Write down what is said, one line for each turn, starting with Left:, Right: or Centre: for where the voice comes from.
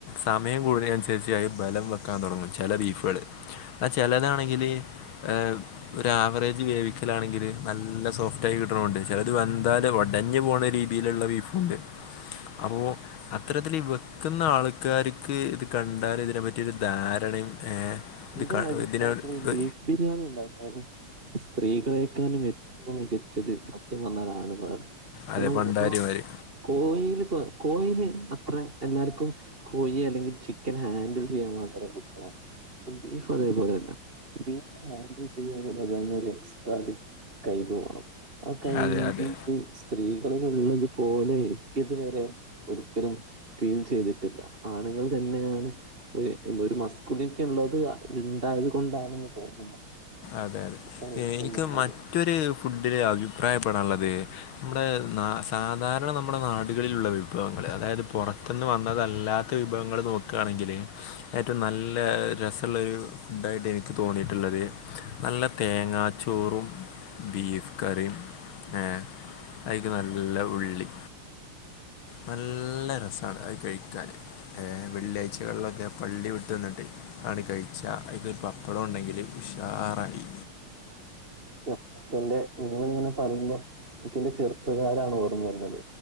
Left: സമയം കൂടി അനുസരിച്ചായി ബലം വെക്കാൻ തുടങ്ങും ചില ബീഫുകള്. ആ ചിലതാണെങ്കില് ഏഹ് ഒരു ആവറേജ് വേവിക്കലാണെങ്കില് നല്ല സോഫ്റ്റ് ആയി കിട്ടണുണ്ട് ചിലത് വെന്താലും ഉടഞ്ഞ് പോണ രീതിയിലുള്ള ബീഫുണ്ട്. അപ്പോ അത്തരത്തില് ഈ വെക്കുന്ന ആൾക്കാർക്ക് ഇത് കണ്ടാൽ ഇതിനെ പറ്റിയൊരു ധാരണയും ഏഹ് ഇത്
Right: എന്റെ
Left: കാ
Right: അഭിപ്രായത്തില്
Left: ഇതിനൊരു ഇത്
Right: ബീഫ് ബിരിയാണി ഉണ്ടാക്കാനും സ്ത്രീകളെക്കാനുമേ റ്റവും മികച്ചത് സത്യം പറഞ്ഞ ആണുങ്ങളാണ് കാരണം
Left: അതെ പണ്ടാരിമാര്
Right: ആഹ് കോയീല് കോ കോയില് അത്രേ എല്ലാർക്കും കോയി അല്ലെങ്കിൽ ചിക്കന് ഹാൻഡിൽ ചെയ്യാൻ വളരെ എളുപ്പമാണ്. ച്ചും ബീഫ് അതേ പോലെന്നെ ബീഫ് ഹാൻഡിൽ ചെയ്യാന്നു പറഞ്ഞ അത് തന്നെ ഒരു എക്സ്ട്രാ ഒരു കയിവ് വേണം ആ കയിവില്
Left: അതെ അതെ
Right: സ്ത്രീകളിലുള്ളതു പോലെ ഇനിക്കിതുവരെ ഒരിക്കലും ഫീൽ ചെയ്തിട്ടില്ല ആണുങ്ങൾ തന്നെയാണ് ഒരു ഒരു മസ്കുലിൻ ക്കുള്ളത് ആണ്ടായത് കൊണ്ടാണെന്ന് തോന്നുന്നു
Left: അതെ അതെ
Right: അതാണ് ഏറ്റവും
Left: എനിക്ക്
Right: നല്ലത്
Left: മറ്റൊരു ഫുഡില് അഭിപ്രായപ്പെടാനുള്ളത് നമ്മുടെ ന സാധാരണ നമ്മുടെ നാടുകളിലുള്ള വിഭവങ്ങള് അതായത് പുറത്തുനിന്ന് വന്നതല്ലാ ക്ക് വിഭവങ്ങള് നോക്കുകയാണെങ്കില് ഏറ്റവും നല്ല രസമുള്ളൊരു ഫുഡായിട്ട് എനിക്ക് തോന്നിയിട്ടുള്ളത് നല്ല തേങ്ങാച്ചോറും ബീഫ് കറിയും ഏഹ് അയിന് നല്ല ഉള്ളി നല്ല രസാണ് അത് കഴിക്കാന് ഏഹ് വെള്ളിയാഴ്ചകളിലൊക്കെ പള്ളി വിട്ട് വന്നിട്ട് അങ്ങട് കഴിച്ച അതിലൊരു പപ്പടം ഉണ്ടെങ്കില് ഉഷാറായി.
Right: ൻ്റെ അപ്പൂപ്പന്റെ നിങ്ങളിങ്ങനെ പറയുമ്പോ എനിക്കെന്റെ ചെറുപ്പകാലാണ് ഓർമ്മ വരണത്.